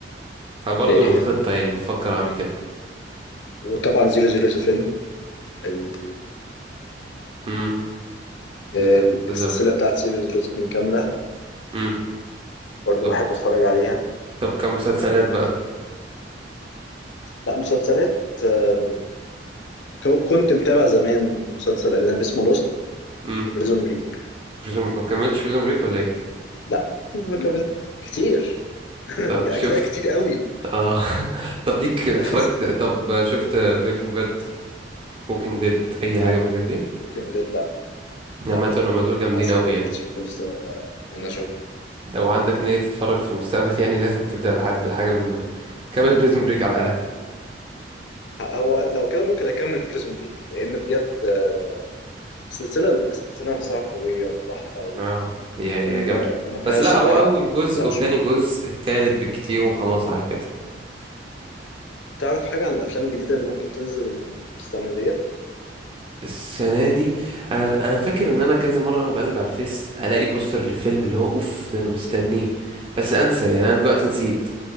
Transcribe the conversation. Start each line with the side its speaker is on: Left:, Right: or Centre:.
Right: فبرضه
Left: في إيه؟
Right: من الخطة يعني بفكر اعمل كده
Left: وطبعا زيرو زيرو سفن ال...
Right: امم
Left: آه،
Right: لا تزمن
Left: السلسله بتاعت زيرو زيرو سفن كامله
Right: امم
Left: برضو
Right: طب
Left: بحب اتفرج عليها
Right: طب كمسلسلات بقى
Left: لا مسلسلات آم، كنت متابع زمان مسلسل اجنبي اسمه لوست
Right: امم
Left: وبريزون بريك
Right: بريزون ما كملتش بريزون بريك ولا ايه
Left: لا ما كملت كتير <laughs>
Right: طب
Left: اجزاء
Right: شفت
Left: كتير قوي
Right: اه <laughs> طب ليك اتفرجت
Left: بس
Right: طب شفت بريكنج باد ووكينج ديد اي
Left: لا
Right: حاجة من الحاجات دي
Left: ممكن ده لا
Right: عامة
Left: لا
Right: هما دول جامدين
Left: للاسف
Right: قوي يعني
Left: ما جاتش فرصه ان انا اشوف
Right: لو عندك نية تتفرج في المستقبل <laughs> يعني لازم تبدأ بحد حاجة من دول كمل بريزون بريك على الأقل
Left: هو لو كده ممكن اكمل بريزون بريك لان بجد آه، السلسله السلسله نفسها قويه وتحفه
Right: اه هي
Left: وكل
Right: هي جامدة
Left: ما فيهاش
Right: بس لا
Left: زهق
Right: هو أول
Left: ما
Right: جزء
Left: تزهقش
Right: وتاني
Left: منها
Right: جزء التالت بالكتير وخلاص على كده
Left: تعرف حاجه عن الافلام الجديده اللي ممكن تنزل السنه ديت
Right: السنة دي أنا أنا فاكر إن أنا كذا مرة أنا بقلب على الفيس ألاقي بوستر للفيلم اللي هو أوف ده أنا مستنيه بس أنسى يعني أنا دلوقتي نسيت